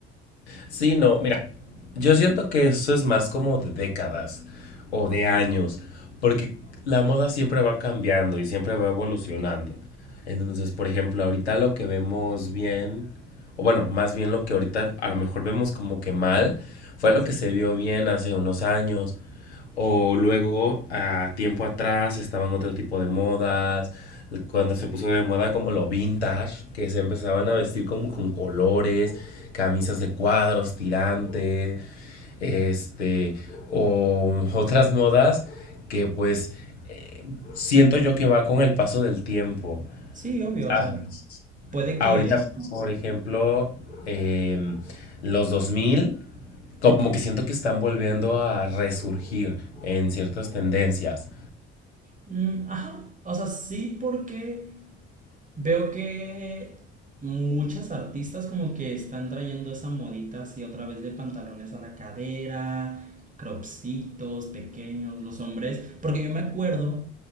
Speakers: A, on the left (about 80°); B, on the right (about 25°).
A: Sí, no, mira, yo siento que esto es más como de décadas o de años, porque la moda siempre va cambiando y siempre va evolucionando. Entonces, por ejemplo, ahorita lo que vemos bien, o bueno, más bien lo que ahorita a lo mejor vemos como que mal, fue lo que se vio bien hace unos años. O luego, a tiempo atrás, estaban otro tipo de modas. Cuando se puso de moda como lo vintage, que se empezaban a vestir como con colores camisas de cuadros, tirantes, este, o otras modas que pues eh, siento yo que va con el paso del tiempo.
B: Sí, obvio,
A: Ah,
B: o sea, puede
A: ahorita,
B: que...
A: por ejemplo, eh, los 2000, como que siento que están volviendo a resurgir en ciertas tendencias.
B: mm, ajá, o sea, sí porque Veo que muchas artistas como que están trayendo esa modita así otra vez de pantalones a la cadera, cropsitos pequeños, los hombres, porque yo me acuerdo